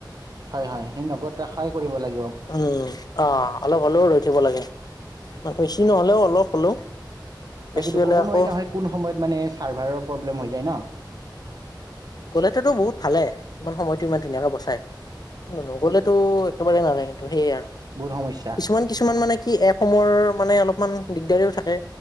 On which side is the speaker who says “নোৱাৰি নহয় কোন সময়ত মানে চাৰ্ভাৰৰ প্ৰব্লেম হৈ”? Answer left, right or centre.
Right